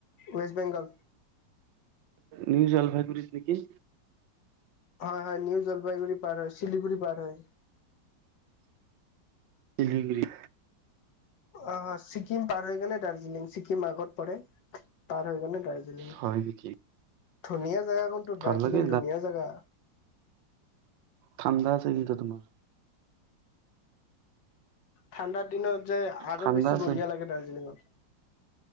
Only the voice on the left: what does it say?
ৱেষ্ট বেংগল।
হয় হয়, নিউ জলপাইগুৰি পাৰ হয় শিলিগুৰি পাৰ হয়।
অ, ছিকিম পাৰ হৈ গলে ন দাৰ্জিলিং ছিকিম আগত পৰে। পাৰ হৈ গৈ কেনে দাৰ্জিলিং।
ধুনীয়া। জেগা, কোনটো
দাৰ্জিলিং
ধুনীয়া জেগা।
ঠাণ্ডাৰ দিনত। <unintelligible>